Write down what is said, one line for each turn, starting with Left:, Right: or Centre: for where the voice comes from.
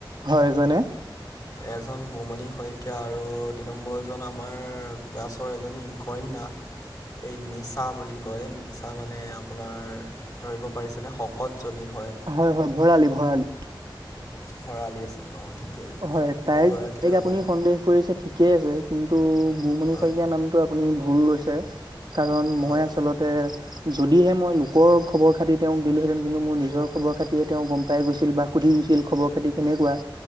Right: হয় ইজনে
Left: এজন বোমণি শইকীয়া আৰু দুই নম্বৰজন আমাৰ ক্লাছৰ এজনী কন্যা এই নিচা বুলি কয় নিচা মানে আপোনাৰ ধৰিব পাৰিছে নে শকতজনী হয়।
Right: হয় হয় ভৰালি ভৰালি।
Left: ভৰালী আছিলে অ। ঠিকেই
Right: হয় তাইক
Left: সেইগৰাকীলে
Right: তাইক
Left: অলপ
Right: আপুনি সন্দেহ কৰিছে ঠিকে আছে কিন্তু বুমণি
Left: হয়
Right: শইকীয়া নামটো আপ- পুনি ভুল লৈছে কাৰণ
Left: হয়
Right: মই আচলতে যদিহে মই লোকৰ খবৰ খাতি তেওঁ দিলোহেঁতেন কিন্তু মোৰ নিজৰ খবৰ খাতিয়ে তেওঁ গম পাই গৈছিল বা সুধি দিছিল খবৰ খাতি কেনেকুৱা